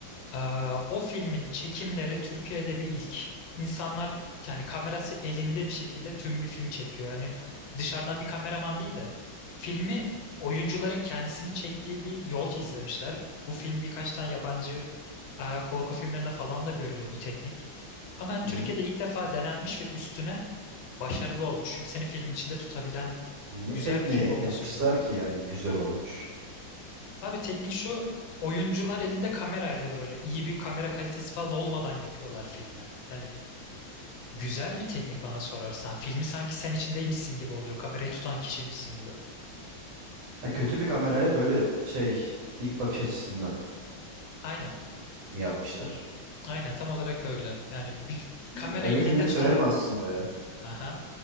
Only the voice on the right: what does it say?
Hı
hı.
Ne
tekniği
yapmışlar
ki yani güzel olmuş.
Ha, kötü bir kamerayla böyle şey ilk bakış açısından.
mi yapmışlar?
Hmm,
öyle
filmleri
severim aslında ya.